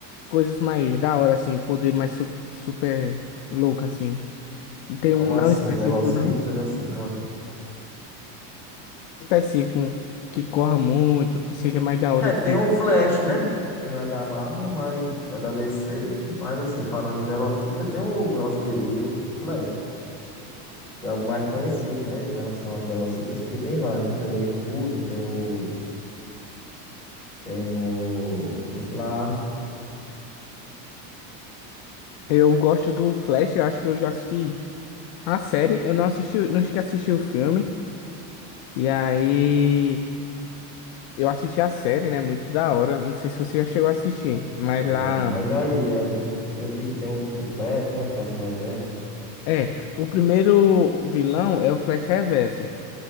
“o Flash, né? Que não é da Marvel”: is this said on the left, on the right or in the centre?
Centre